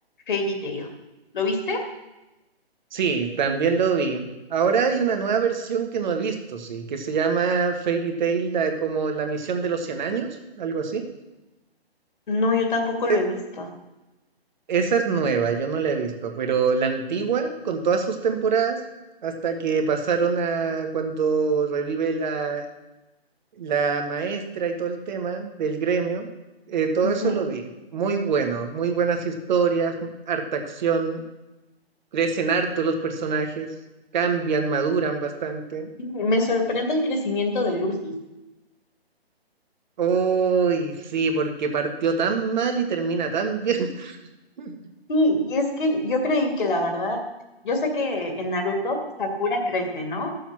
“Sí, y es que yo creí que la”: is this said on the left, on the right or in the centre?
Left